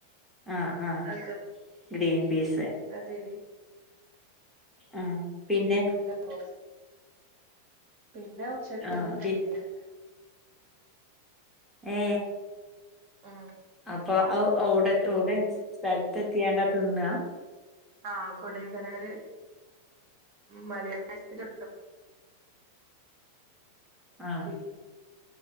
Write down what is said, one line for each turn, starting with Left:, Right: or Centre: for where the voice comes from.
Centre: ആഹ് ആഹ്
Right: അതും
Centre: ഗ്രീൻ ബീസ്
Right: അതെ
Centre: ആഹ് പിന്നെ
Right: ല്ല <unintelligible> പിന്നെ ഉച്ചക്ക്
Centre: ആഹ്
Right: നല്ല ബിരിയാണി
Centre: ഏ
Right: ഉം
Centre: അപ്പൊ ഔ ഔടെ വിടെ അനുസ സ്ഥലത്ത് എത്തിയേണ്ടാ തിന്നുവാ
Right: ആഹ കൊടക്കനാല് മലയാളത്തിന്റെ
Centre: ആഹ്
Right: <inaudible>